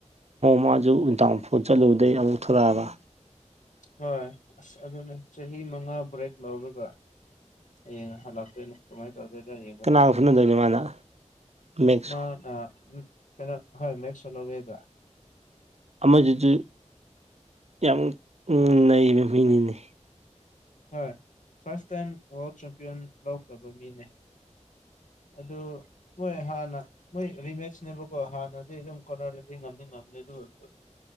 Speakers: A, on the right; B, on the left.
A: ꯃꯥꯁꯨ ꯗꯥꯎꯟꯐꯣꯜ ꯆꯠꯂꯨꯕꯗꯩ ꯑꯃꯨꯛ ꯊꯣꯀꯂꯛ ꯑꯕ
B: ꯍꯣꯏ ꯑꯁ ꯑꯗꯨꯅꯦ ꯆꯍꯤ ꯃꯉꯥ ꯕ꯭ꯔꯦꯛ ꯂꯧꯔꯒ ꯍꯌꯦꯡ ꯍꯜꯂꯛꯇꯣꯏꯅꯦ ꯀꯃꯥꯏ ꯇꯧꯗꯨꯏꯅꯣ ꯌꯦꯡꯕ
A: ꯀꯅꯥꯒ
B: ꯇꯜꯂꯦ
A: ꯐꯨꯅꯗꯣꯏꯅꯣ ꯃꯥꯅ ꯃꯦꯛꯁ
B: ꯃꯥꯅ ꯀꯩꯅꯣ ꯍꯣꯏ <unintelligible>
A: ꯑꯃꯖꯤꯖꯨ ꯌꯥꯝ ꯅꯩꯕ ꯃꯤꯅꯤꯅꯦ
B: ꯍꯣꯏ ꯐꯥꯔꯁ ꯇꯥꯏꯝ ꯋꯥꯔꯜ ꯆꯦꯝꯄꯤꯌꯟ ꯂꯧꯈ꯭ꯔꯕ ꯃꯤꯅꯦ ꯑꯗꯨ ꯃꯣꯏ ꯍꯥꯟꯅ ꯃꯣꯏ ꯔꯤꯃꯦꯠꯁꯅꯦꯕꯀꯣ ꯍꯥꯟꯅꯗꯤ ꯑꯗꯨꯝ ꯀꯣꯅꯔꯗꯤ ꯉꯝꯗꯤ ꯑꯃꯁꯨꯡ ꯉꯝꯅꯤ ꯑꯗꯨ ꯑꯣꯏꯔꯁꯨ